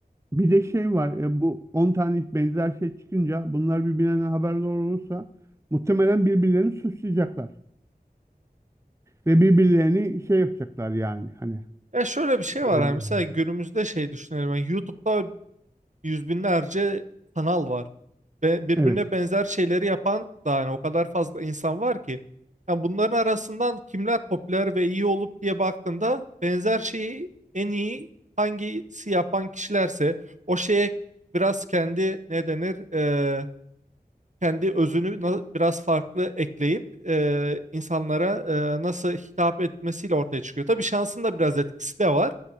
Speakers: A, on the right; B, on the right.
A: bir de şey var. e, bu 10 tane benzer şey çıkınca bunlar birbirlerinden haberdar olursa muhtemelen birbirlerini suçlayacaklar ve birbirlerini şey yapacaklar yani hani.
B: Ya şöyle bir şey var
A: e,
B: yani mesela günümüzde şey düşünelim yani YouTube'da yüz binlerce kanal var. Ve birbirine
A: Evet.
B: benzer şeyleri yapan da hani o kadar fazla insan var ki. Yani bunların arasından kimler popüler ve iyi olup diye baktığında benzer şeyi en iyi hangisi yapan kişilerse o şeye biraz kendi ne denir e, kendi özünü na- biraz farklı ekleyip e, insanlara e, nasıl hitap etmesiyle ortaya çıkıyor. Tabii şansın da biraz etkisi de var.